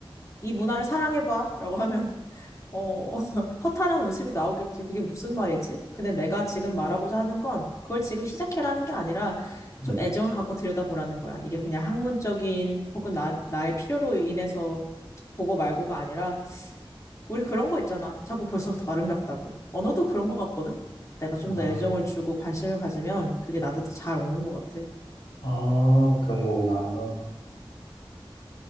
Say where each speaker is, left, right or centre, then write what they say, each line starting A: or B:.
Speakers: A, on the left; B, on the left.
A: 이 문화를 사랑해봐 라고 하면 어, <laughs> 허탈한 웃음이 나오겠지. 그게 무슨 말이지? 근데 내가 지금 말하고자 하는 건 그걸 지금 시작해라는 게 아니라 좀
B: 응.
A: 애정을 갖고 들여다보라는 거야. 이게 그냥 학문적인 혹은 나, 나의 필요로 인해서 보고 말고가 아니라 우리 그런 거 있잖아. 자꾸 볼수록 더 아름답다고. 언어도 그런 거 같거든? 내가 좀
B: 아,
A: 더 애정을 주고 관심을 가지면 그게 나한테 더 잘 오는 것 같아.
B: 아, 그런 거구나.